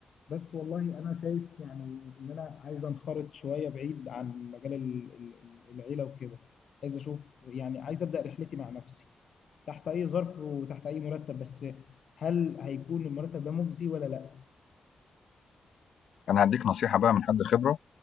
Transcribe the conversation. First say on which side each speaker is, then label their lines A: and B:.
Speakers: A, on the left (about 65°); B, on the left (about 90°).
A: بس والله انا شايف يعني ان انا عايز انخرط شويه بعيد عن مجال ال- ال- العيله وكده عايز اشوف يعني عايز ابدا رحلتي مع نفسي تحت اي ظرف وتحت اي مرتب بس هل هيكون المرتب ده مجزي ولا لا
B: أنا هادّيك نصيحة بقى من حد خبرة،